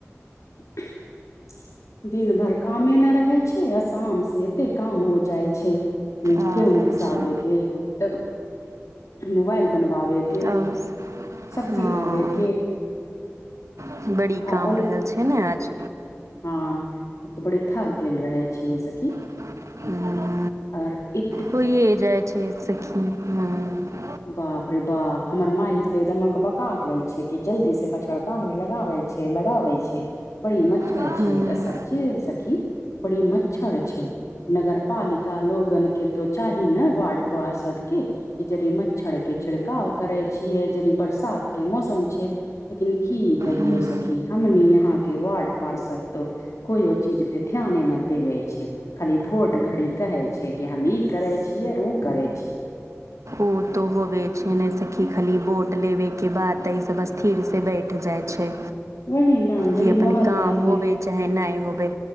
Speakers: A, on the left; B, on the right.
A: <unintelligible> दिन भर कामे न रहय छैय आ शाम से ते काम हो जाइ छै उम्म
B: अच्छा
A: गेहूँ पिसाबे के त मोबाइल बनवावे के
B: आओर
A: सब्जी
B: हँ
A: लाबे के
B: <inaudible> बड़ी काम
A: आ ओन
B: रहल छैय ने आज
A: हँ बड़ी थक गेल रहय छीयै सखी
B: <inaudible>
A: आर ई
B: होइए जाय छैय सखी हूँ
A: बाप रे बाप हमर माई त एकदम अकबका गेल छैय कि जल्दी से मछड़दानी लगाबय छैय लगाबय छैय बड़ी मच्छर
B: ह्म
A: छैय ए सच्चे सखी बड़ी मच्छर छै नगर पालिका लोगन केँ तो चाही नऽ वार्ड पार्षद केँ कि जरी म छड़के छिड़काव करै छियै जेड़ी बरसात केँ मौसम छै लेकिन की कहियौ
B: ह्म
A: सखी हमनी यहाँ केँ वार्ड पार्षद तो कोयो चीज पे ध्याने न देबै छै खाली भोट घड़ी कहै छैय कि हम ई करै छियै उ करै छी
B: उ तो होवे छैय ने सखी खाली वोट लेबे केँ बाद तऽ इ सब असथीर से बैठ जाइ छै
A: वही ने जड़ी
B: की अपन
A: मोहल्ला
B: काम
A: मे
B: होबे
A: ह
B: चाहे नाय होबै